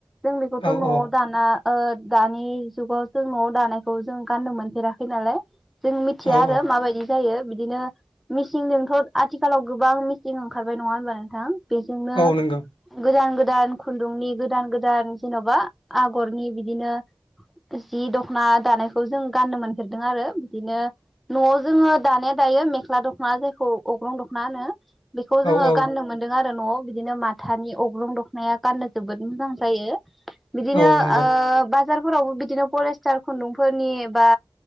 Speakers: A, in the centre; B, on the left.
A: जों बेखौथ'
B: औ
A: न'आव
B: औ
A: दाना ओ दानि जुगाव जों न'आव दानायखौ जों गाननो मोनफेराखै नालाय जों मिथिया
B: औ
A: आरो
B: औ
A: जायो बिदिनो मिसिंजोंथ' आथिखालाव गोबां मिसिं ओंखारबाय नङा होनबा नोंथां? बेजोंनो
B: औ नंगौ
A: गोदान गोदान दान खुन्दुंनि गोदान गोदान जेन'बा आगरनि बिदिनो जि दख'ना दानायखौ जों गाननो मोनफेरदों आरो बिदिनो न'आव जोङो दानाया दायो मेख्ला दख'ना जायखौ अग्रं दखव'ना होनो। बेखौ जोङो
B: औ औ
A: गाननो मोनदों आरो न'आव बिदिनो माथानि अग्रं दखनाया गाननो जोबोद मोजां जायो। बिदिनो
B: औ नंगौ
A: ओ बाजार फोरावबो बिदिनो फरेस्टार खुन्दुंफोरनि बा